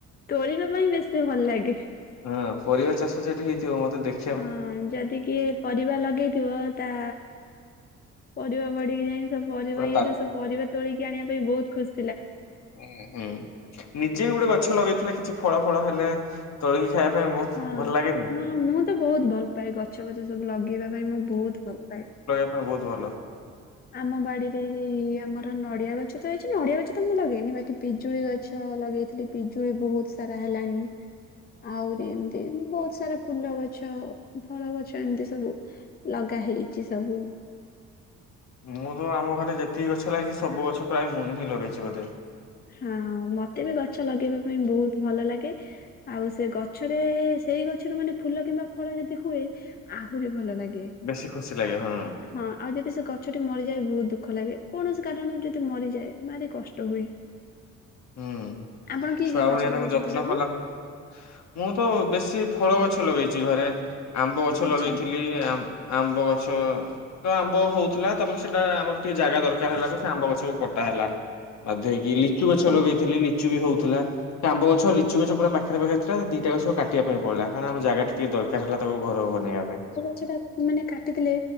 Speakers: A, on the left (about 30°); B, on the left (about 65°).
A: ତୋଳିବା ପାଇଁ ବେଶୀ ଭଲ ଲାଗେ।
B: ହଁ ପରିବା ଚାଷ ଯୋଉଠି ହେଇଥିବ ମତେ ଦେଖି
A: ହଁ ଯଦି କିଏ ପରିବା ଲଗେଇଥିବ ତା ପରିବା ବାଡ଼ି କି ଯାଇକି ସେ ପରିବା
B: ପୁରା
A: ଇଏରୁ ସବୁ ପରିବା ତୋଳିକି ଆଣିବା ପାଇଁ ବହୁତ ଖୁସି
B: ହଁ ହୁଁ ନିଜେ ବି ଗୋଟେ ଗଛ ଲଗେଇଥିଲେ କିଛି ଫଳ ଫଳ ହେଲେ ତଳି ଖାଇବା ପାଇଁ <unintelligible>
A: ହଁ
B: ଭଲ ଲାଗେନି?
A: ହଁ ମୁଁ ତ ବୋହୁତ ଭଲ ପାଏ ଗଛ ବଛ ସବୁ ଲଗେଇବା ପାଇଁ ମୁଁ ବୋହୁତ ଭଲ ପାଏ।
B: ବୋହୁତ ଭଲ।
A: ଆମ ବାଡିରେ ଏଇ ଆମର ନଡିଆ ଗଛ ତ ହେଇଛି ନଡିଆ ଗଛ ତ ମୁଁ ଲଗେଇନି ବାକି ପିଜୁଳି ଗଛ ଲଗେଇଥିଲି। ପିଜୁଳି ବୋହୁତ ସାରା ହେଲାଣି। ଆହୁରି ଏମିତି ବୋହୁତ ସାରା ଫୁଲ ଗଛ ଫଳ ଗଛ ଏମିତି ସବୁ। ଲଗା ହେଇଚି ସବୁ।
B: ମୁଁ ତ ଆମ ଘରେ ଯେତିକି ଗଛ ଲାଗିଛି ସବୁ ଗଛ ପ୍ରାୟ ମୁଁ ହିଁ ଲଗେଇଛି ବୋଧେ।
A: ହଁ ମତେ ବି ଗଛ ଲଗେଇବା ପାଇଁ ବୋହୁତ ଭଲ ଲାଗେ। ଆଉ ସେ ଗଛରେ ସେଇ ଗଛରୁ ମାନେ ଫୁଲ କିମ୍ବା ଫଳ ଯଦି ହୁଏ ଆହୁରି ଭଲ ଲାଗେ।
B: ବେଶୀ ଖୁସି ଲାଗେ ହଁ।
A: ହଁ ଆଉ ଯଦି ସେ ଗଛଟି ମରିଯାଏ ବୋହୁତ ଦୁଃଖ ଲାଗେ କୌଣସି କାରଣରୁ ଯଦି ମରିଯାଏ ଭାରି କଷ୍ଟ ହୁଏ।
B: ହୁଁ,
A: ଆପଣ କି
B: ଛୁଆ
A: କି
B: ଭଳିଆ
A: ଗଛ
B: ତାକୁ
A: ଲଗେଇଛନ୍ତି
B: ଯତ୍ନ
A: ସବୁ
B: କଲା ପ ମୁଁ ତ ବେଶୀ ଫଳ ଗଛ ଲଗେଇଚି ଘରେ, ଆମ୍ବ ଗଛ
A: ଆଚ୍ଛା
B: ଲଗେଇଥିଲି, ଆମ୍ୱ ଆମ୍ବ ଗଛ ତ ଆମ୍ବ ହୋଉଥିଲା, ତାପରେ ସେଇଟା ଆମର ଟିକେ ଜାଗା ଦରକାର ହେଲାକୁ, ସେ ଆମ୍ବ ଗଛକୁ କଟା ହେଲା। ବାଧ୍ୟ ହେଇକି ଲିଚୁ
A: ଆଚ୍ଛା
B: ଗଛ ଲଗେଇଥିଲି। ଲିଚୁ ବି ହଉଥିଲା, ଆମ୍ବ ଗଛ ଲିଚୁ ଗଛ ପୁରା ପାଖରେ ପାଖରେ ଥିଲା ଦିଟା ଗଛ କାଟିବା ପାଇଁ ପଡିଲା, କାରଣ ଆମ ଜାଗା ଟିକେ ଦରକାର ହେଲା ତାକୁ ଘରକୁ ବନେଇବା ପାଇଁ।
A: ସେଟା ମାନେ କାଟିଥିଲେ